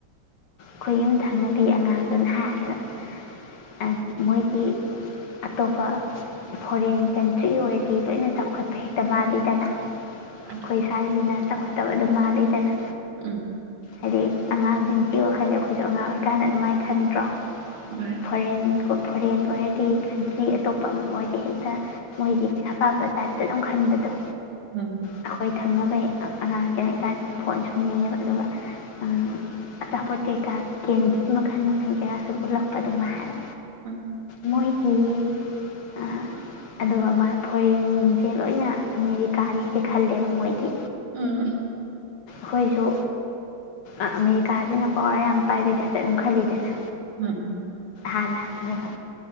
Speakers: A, on the left; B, on the right.
A: ꯈꯣꯏ ꯌꯨꯝ ꯊꯪꯅꯕꯤ ꯑꯉꯥꯡꯗꯨꯅ ꯍꯥꯏꯕ ꯎꯝ ꯃꯣꯏꯒꯤ ꯑꯇꯣꯞꯄ ꯐꯣꯔꯦꯟ ꯀꯟꯇ꯭ꯔꯤ ꯑꯣꯏꯔꯗꯤ ꯂꯣꯏꯅ ꯆꯥꯎꯈꯠꯄ ꯍꯦꯛꯇ ꯃꯥꯜꯂꯤꯗꯅ
B: ꯑ
A: ꯈꯣꯏ ꯁꯥꯏꯖꯤꯅ ꯆꯥꯎꯈꯠꯇꯕ ꯑꯗꯨꯝ ꯃꯥꯜꯂꯤꯗꯅ
B: ꯎꯝ
A: ꯍꯥꯏꯗꯤ ꯑꯉꯥꯡꯖꯤꯡ ꯁꯤ ꯋꯥꯈꯜꯖꯦ ꯑꯩꯈꯣꯏꯖꯨ ꯑꯉꯥꯡ ꯑꯣꯏꯀꯥꯟꯗ ꯑꯗꯨꯃꯥꯏ ꯈꯟꯗ꯭ꯔꯣ
B: ꯎꯝ ꯍꯣꯏ
A: ꯐꯣꯔꯦꯟꯒꯨ ꯐꯣꯔꯦꯟ ꯑꯣꯏꯔꯗꯤ ꯀꯟꯇ꯭ꯔꯤ ꯑꯇꯣꯞꯄ ꯑꯃ ꯑꯣꯏꯔꯗꯤ ꯍꯦꯛꯇ ꯃꯣꯏꯗꯤ ꯄꯩꯁꯥ ꯄꯥꯏꯕ ꯇꯥꯏꯞꯇ ꯑꯗꯨꯝ ꯈꯟꯕꯗꯣ
B: ꯎꯝ
A: ꯑꯩꯈꯣꯏ ꯊꯪꯅꯕꯩ ꯑꯉꯥꯡ ꯒꯩꯅ ꯏꯕꯥꯅꯤ ꯐꯣꯟ ꯁꯨꯝ ꯌꯦꯡꯉꯦꯕ ꯑꯗꯨꯒ ꯑꯥ ꯑꯆꯥꯄꯣꯠ ꯀꯩꯀꯥ ꯀꯦꯟꯗꯤ ꯃꯈꯟ ꯃꯈꯟ ꯀꯌꯥ ꯁꯨꯝ ꯎꯠꯂꯛꯄꯗꯣ ꯃꯥ ꯍꯥꯏꯕ
B: ꯎꯝ
A: ꯃꯣꯏꯒꯤ ꯑꯥ ꯑꯗꯨꯒ ꯃꯥ ꯐꯣꯔꯦꯟꯖꯦ ꯂꯣꯏꯅ ꯑꯃꯦꯔꯤꯀꯥꯅꯦꯖꯦ ꯈꯜꯂꯦꯕ ꯃꯣꯏꯗꯤ
B: ꯎꯝ
A: ꯈꯣꯏꯖꯨ ꯑꯥ ꯑꯃꯦ ꯀꯥꯖꯤꯅ ꯄꯋꯥꯔ ꯌꯥꯝ ꯄꯥꯏꯕꯩ ꯇꯥꯏꯞꯇ ꯑꯗꯨꯝ ꯈꯜꯂꯤꯗꯅ
B: ꯎꯝ ꯎꯝ
A: ꯍꯥꯟꯅ ꯈꯔ